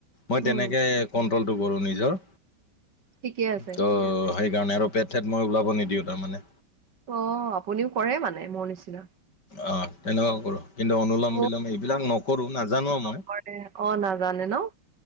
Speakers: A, on the left; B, on the right.
A: মই তেনেকৈ
B: উম
A: কন ন্ট্ৰল কৰোঁ নিজৰ।
B: ঠিকে আছে।
A: তো সেইকাৰণে আৰু পেট-চেট মই ওলাব নিদিওঁ তাৰমানে।
B: অ', আপুনিও কৰে মানে মোৰ নিচিনা।
A: অ', তেনেকুৱা কৰোঁ। কিন্তু অনুলম-বিলম
B: মোৰ
A: এইবিলাক নকৰো, নাজানোও মই।
B: নকৰে অ নাজানে ন